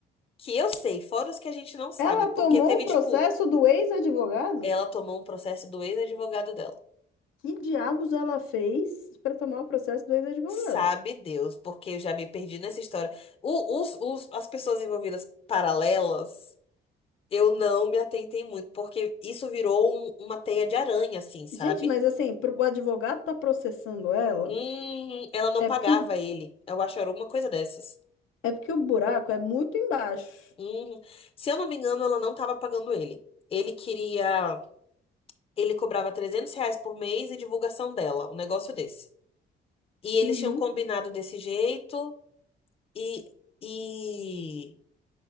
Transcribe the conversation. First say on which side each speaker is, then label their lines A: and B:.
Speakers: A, on the left; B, on the left.
A: Que eu sei, fora os que a gente não sabe.
B: Ela
A: Porque
B: tomou
A: teve,
B: um processo
A: tipo.
B: do ex-advogado?
A: Ela tomou um processo do ex-advogado dela.
B: Que diabos ela fez para tomar o processo do ex-advogado?
A: Sabe Deus, porque eu já me perdi nessa história. O- os, os- as pessoas envolvidas paralelas, eu não me atentei muito, porque isso virou um- uma teia de aranha, assim, sabe?
B: Gente, mas assim, pro- o advogado tá processando ela,
A: Hum, ela não
B: é
A: pagava
B: porque o,
A: ele. Eu acho que era alguma coisa dessas.
B: é porque o buraco é muito embaixo.
A: Hum, se eu não me engano, ela não estava pagando ele. Ele queria. Ele cobrava 300 reais por mês e divulgação dela, um negócio desse. E eles
B: Uhum.
A: tinham combinado desse jeito. E, e